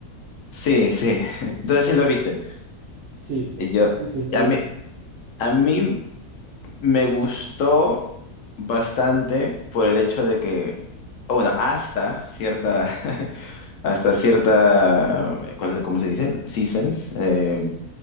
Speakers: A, on the left (about 65°); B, on the right (about 70°).
A: Sí, sí. <laughs> Entonces sí lo viste.
B: Sí,
A: Y Yo,
B: sí, sí lo
A: a
B: vi.
A: mí, a mí me gustó bastante por el hecho de que, o bueno, hasta cierta, <laughs> hasta cierta, ¿cuál- ¿cómo se dice? Seasons, eh,